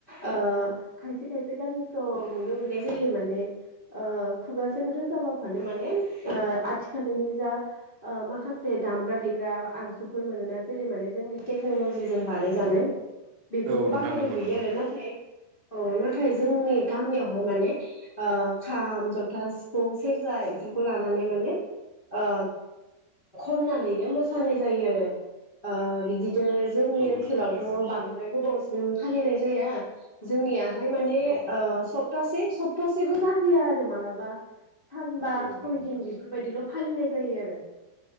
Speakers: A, on the left; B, on the right.
A: ओ खायसे खायसे गामिफ्राव नुनो मोननाय जायो माने ओ खुगाजों रोजाबाफानो माने आथिखालनि जा माखासे से दामग्रा देग्रा आगजुफोर मोनोना जेरै माने जोंनि टेक्न'ल'जिजों बानायजानाय बेफोरखौ
B: औ नोंथां
A: बाहायनाय
B: नंगौ
A: नुयो
B: नंगौ
A: आरो नाथाय औ नाथाय जोंनि गामियावहाय माने ओ खाम जथा सिफुं सेरजा बेफोरखौ लानानै माने ओ खननानैनो मोसानाय जायो आरो ओ बिदिनो जोंनि
B: औ
A: ओनसोलावथ'
B: नंगौ नोंथां नंगौ
A: बांद्राय गोबावसिम फालिनाय जाया जोंनिया बाहाय माने
B: औ
A: ओ सप्तासे सप्तासेबो जाहैया आरो मालाबा। सानबा
B: औ
A: सय
B: नंगौ
A: दिन
B: नोंथां
A: बेफोरबायदिल' फालिनाय जायो आरो।